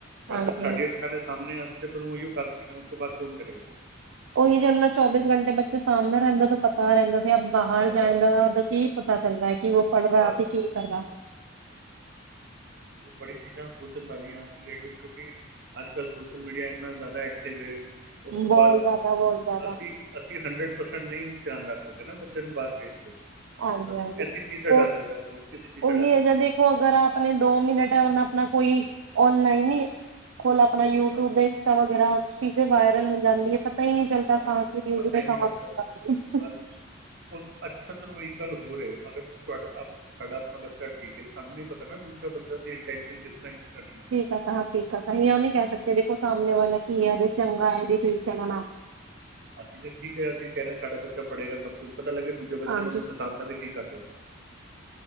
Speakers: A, on the right (about 55°); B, on the right (about 80°).
A: ਜਦ
B: ਹਾਂਜੀ
A: ਤੱਕ ਸਾਡੀਆਂ
B: ਹਾਂਜੀ
A: ਅੱਖਾਂ ਦੇ ਸਾਹਮਣੇ ਅਸੀਂ ਤੇ ਤੈਨੂੰ ਉਹੀਓ ਕਰ ਸਕਦੇ ਹਾਂ ਉਸ ਤੋਂ ਬਾਅਦ ਕੌਣ ਕਰੇਗਾ
B: ਉਹੀ ਜੋ ਨਾਲ ਚੌਬੀਸ ਘੰਟੇ ਬੱਚੇ ਸਾਹਮਣੇ ਰਹਿੰਦਾ ਤੋਂ ਪਤਾ ਰਹਿੰਦਾ ਸੀ ਬਾਹਰ
A: ਪਤਾ
B: ਜਾਏਂਗਾ
A: ਨਹੀਂ
B: ਮਤਲਬ ਕੀ ਪਤਾ ਚੱਲਰਾ ਹੈ ਕਿ ਵੋ ਪੜ੍ਹ ਰਾ
A: ਬਸ
B: ਸੀਂ ਕੀ ਕਰ ਰਾ
A: ਉਹ ਬੜੀ ਚੀਜ਼ਾਂ ਸੋਚਣ ਵਾਲੀਆਂ ਕਿਉਂਕਿ, ਅੱਜ ਕੱਲ੍ਹ ਸੋਸ਼ਲ ਮੀਡੀਆ ਇੰਨਾ ਜ਼ਿਆਦਾ ਐਕਟਿਵ ਹੈ, ਉਸ
B: ਬਹੁਤ
A: ਤੋਂ ਬਾਅਦ
B: ਜ਼ਿਆਦਾ ਬਹੁਤ ਜ਼ਿਆਦਾ
A: ਅਸੀਂ। ਅਸੀਂ ਹੰਡਰਡ ਪਰਸੈਂਟ ਨਹੀਂ ਧਿਆਨ ਰੱਖ ਸਕਦੇ, ਨਾ ਬੱਚੇ ਨੂੰ ਬਾਹਰ ਭੇਜ ਕੇ।
B: ਹਾਂਜੀ
A: ਬਸ,
B: ਹਾਂਜੀ
A: ਐਸੀ ਚੀਜ਼ ਦਾ
B: ਉਹ
A: ਡਰ ਲੱਗਦਾ ਹੋਰ ਕਿਸੇ ਚੀਜ਼ ਦਾ
B: ਉਹੀ
A: ਡਰ ਨਹੀਂ ਹੈ।
B: ਜ ਅਗਰ ਆਪਣੇ ਦੋ ਮਿੰਟ ਉਹਨ ਆਪਣਾ ਕੋਈ ਔਨਲਾਈਨ ਹੀ ਖੋਲਾ। ਯੂਟਿਊਬ
A: ਹਾਂ
B: ਦੇ ਇੰਸਟਾ ਵਗੈਰਾ, ਚੀਜ਼ਾਂ ਵਾਇਰਲ ਹੋ ਜਾਂਦੀ ਹੈ। ਪਤਾ ਹੀ ਨਹੀਂ ਚੱਲਦਾ
A: ਹਾਂ
B: ਕਹਾਂ, ਕੀ ਨਿਊਜ਼
A: ਪਤਾ
B: ਕਹਾਂ
A: ਹੀ ਨਹੀਂ ਲੱਗਦਾ
B: ਪਹੁੰਚ ਜਾਂਦੀ ਹੈ।
A: ਬਸ ਉਹ ਅੱਛਾ ਚਲੋ, ਇੱਕ ਗੱਲ ਹੋ ਰਿਹਾ ਅਗਰ ਤੁਹਾਡਾ ਸਾਡਾ ਆਪਣਾ ਬੱਚਾ ਠੀਕ ਹੈ, ਸਾਨੂੰ ਨੀ ਪਤਾ ਨਾ ਦੂਸਰਾ ਬੰਦਾ ਦੀ ਇੰਨਟੈਂਸ਼ਨ ਕਿਸ ਤਰ੍ਹਾਂ ਕਿਸ ਤਰ੍ਹਾਂ ਨਹੀਂ।
B: ਤਾਂਸੀਂ ਉਹ ਨੀ ਕਹਿ ਸਕਦੇ ਦੇਖੋ, ਸਾਹਮਣੇ ਵਾਲਾ ਕੀ ਹੈ, ਚੰਗਾ ਠੀਕ ਐ ਕਾ ਨਾ।
A: ਅਸੀਂ ਤੇ ਠੀਕ ਹੈ, ਅਸੀਂ ਕਹਿ ਰਹੇ ਹਾਂ ਸਾਡਾ ਬੱਚਾ ਪੜ੍ਹੇਗਾ ਸਭ ਕੁੱਝ ਪਤਾ ਲੱਗੇ ਦੂਜੇ ਬੱਚੇ
B: ਹਾਂਜੀ
A: ਨੇ ਉਹਨੂੰ ਫਸਾ। ਕਦੇ ਕੀ ਕਰ ਲਓ।